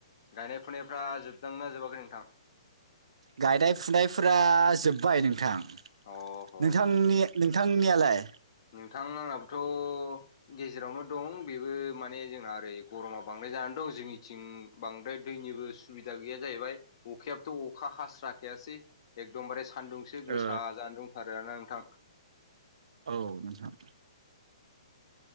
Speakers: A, on the left; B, on the right.
A: गायनाय फुनायफ्रा जोबदोंना जोबाखै नोंथां?
B: गायनाय फुनायफोरा जोब्बाय नोंथां।
A: अह
B: नोंथांनि नोंथांनियालाय?
A: नोंथां आंनाबोथ' गेजेरावनो दं बेबो माने जोंना ओरै गरमा बांद्राय जानानै दं जोंनिथिं बांद्राय दैनिबो सुबिदा गैया जाहैबाय अखायाबोथ' अखा हास्राखायासै एकदमबारे सान्दुंसो गोसा
B: ओ
A: जानो दंथारो ना नोंथां।
B: औ नोंथां